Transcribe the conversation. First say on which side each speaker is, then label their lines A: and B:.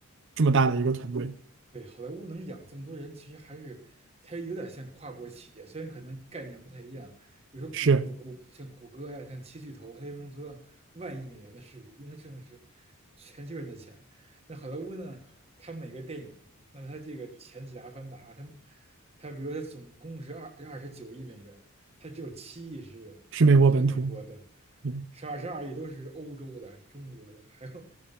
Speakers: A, on the right; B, on the right.
A: 这么大的一个团队，
B: 对，好莱坞能养这么多人，其实还是它有点像跨国企业，虽然可能概念不太一样。比如说谷谷谷，
A: 是
B: 像谷歌呀、像七巨头，它就能做到万亿美元的市值，因为它挣的是全球人的钱。那好莱坞呢，它每个电影，那它这个前几个《阿凡达》，它它比如说它总共是二二十九亿美元，它只有七亿是这个美国的，
A: 是美国本土。对
B: 是二十二亿都是欧洲的、中国的，还有